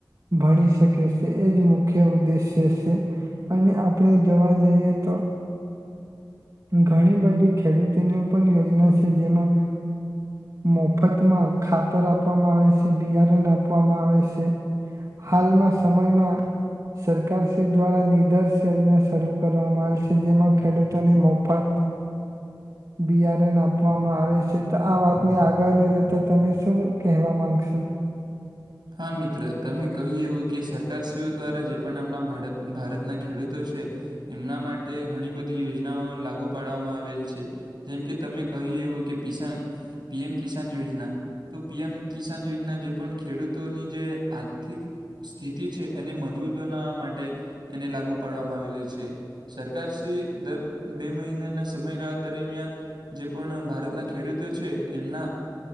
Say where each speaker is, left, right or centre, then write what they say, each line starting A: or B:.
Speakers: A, on the right (about 50°); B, on the right (about 70°).
A: ભણી શકે સે એ જ મુખ્ય ઉદ્દેશ્ય દ્દેશ્ય અને આપણે જોવા જઈએ તો ઘણી બધી ખેડૂતોની પણ યોજના છે જેમાં મફતમાં ખાતર આપવામાં આવે સે. બિયારણ નાંપવામાં આવે સે. હાલમાં સમયમાં સરકાર શ્રી દ્વારા નિદર્શ યોજના શરૂ કરવામાં આવી છે. જેમાં ખેડૂત એને મફત બિયારણ આપવામાં આવે છે. તો આ વાતને આગળ લઈ જતા તમે શું કહેવા માંગશો?
B: હા, મિત્ર તમે કહી એવું કે સરકાર સ તેઓ દ્વારા જે પણ આમના ભાડત ભારત ના ખેડૂતો છે. એમના માટે ઘણી બધી યોજનાઓ લાગુ પાડવામાં આવેલ છે. જેમ કે, તમે કહ્યું એવું કે કિસાન પીએમ કિસાન યોજના, તો પીએમ કિસાન યોજના જે પણ ખેડૂત તોની જે આર્થિક સ્થિતિ છે એને મજબૂત બનાવવા માટે એને લાગુ પાડવામાં આવેલુ છે. સરકારશ્રી દર બે મહિનેના સમયગાળા દરમિયાન જે પણ ભારતના ખેડૂતો છે, એમના